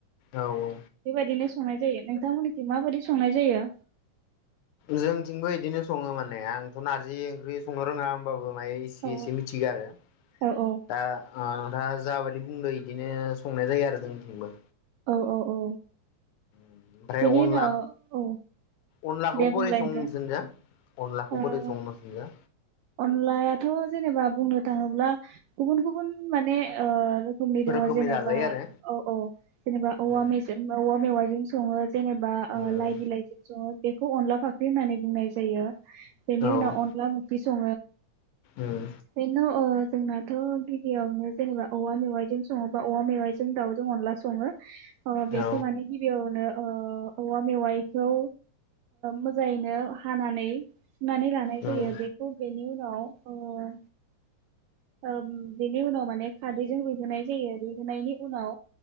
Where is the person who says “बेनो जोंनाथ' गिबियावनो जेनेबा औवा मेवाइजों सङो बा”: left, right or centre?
Right